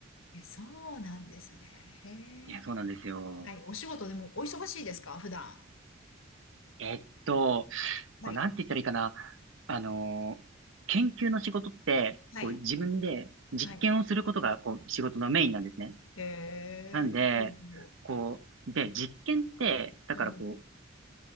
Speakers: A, on the left (about 75°); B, on the right (about 70°).
A: え、そうなんですね。へ
B: いや、そうなんですよ。
A: え。はい、お仕事でもお忙しいですか、普段。
B: えっと、こう、
A: はい、
B: なんて言ったらいいかな。あのー研究の仕事って、
A: はい、
B: こう、自分で実験をすることが、
A: はい。
B: こう、仕事のメインなんですね。
A: へえ。
B: なんで、
A: うんう
B: こう、で、実験って、だからこう、
A: ん